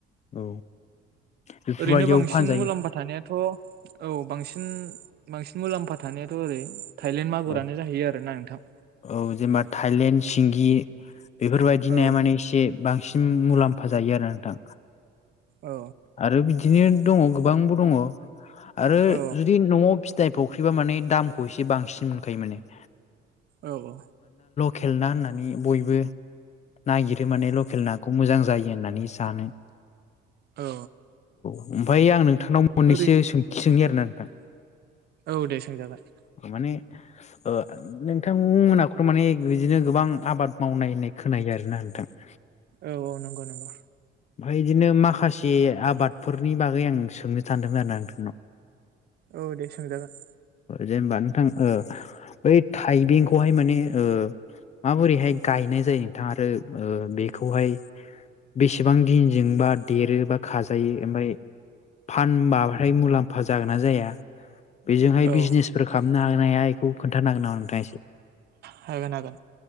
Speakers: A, on the left; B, on the right.
A: औ बेफोरबायदियाव
B: ओरैनो बांसिन
A: फानजायो
B: मुलाम्फा थानायाथ' औ बांसिन बांसिन मुलाम्फा थानायाथ' ओरै थायलेण्ड मागुरानो
A: औ
B: जाहैयो आरोना नोंथां।
A: औ जेनेबा थाइलेण्ड सिंगि बेफोरबायदि नाया
B: औ
A: माने एसे बांसिन मुलाम्फा जायो आरो नोंथां।
B: औ
A: आरो बिदिनो दङ' गोबांबो दङ' आरो
B: औ
A: जुदि न'आव फि नाय फुख्रिबा माने दामखौ एसे बांसिन मोनखायो माने।
B: औ औ।
A: खेलना होननानै बयबो नागिरो माने लकेल नाखौ मोजां जायो होननानै जानो।
B: औ।
A: ओमफाय आं नोंथांनाव मोननैसो
B: ओरै
A: सोंथि सोंनि आरोना नोंथां।
B: औ दे सोंजागोन।
A: माने ओ नोंथांमोनाखौथ' माने बिदिनो गोबां आबाद मावनाय होननाय खोनायो आरोना नोंथां।
B: औ औ नंगौ नंगौ।
A: ओमफाय इदिनो माखासे आबादफोरनि बागै आं सोंनो सानदोंमोन आरोना नोंथांनाव।
B: औ दे सोंजागोन।
A: जेनबा नोंथां ओ बै थाइबेंखौहाय माने ओ माबोरैहाय गायनाय जायो नोंथां आरो ओ बेखौहाय बेसेबां दिनजों बा देरो बा खाजायो ओमफाय फानबाथाय मुलाम्फा जागोन ना जाया? बेजोंहाय
B: औ
A: बिजनेसफोर खामनो हागोनना हाया इखौ खोन्थानो हागोन नामा नोंथाङा एसे?
B: हागोन हागोन